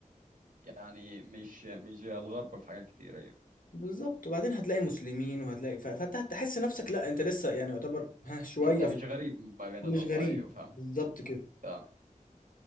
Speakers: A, on the right; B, on the left.
A: يعني مش مش زي الغرب في حاجات كتير ايوه
B: بالظبط وبعدين هتلاقي مسلمين وهتلاقي ف- فانت هتحس نفسك لا انت لسه يعني يعتبر ها شويه
A: انت مش
B: ف-
A: غريب ما بيناتهم
B: مش غريب
A: ايوه فاهمك
B: بالظبط كده
A: فاهمك